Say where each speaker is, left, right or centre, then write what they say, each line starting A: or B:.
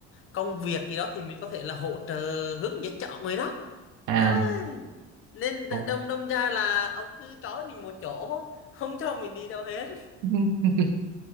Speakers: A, on the left; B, on the right.
A: công việc gì đó thì mình có thể là hỗ trợ hướng dẫn cho ông người đó
B: à
A: Đấy. nên đ-
B: ổn.
A: đâm đâm ra là ông cứ trói mình một chỗ không cho mình đi đâu hết
B: <laughs>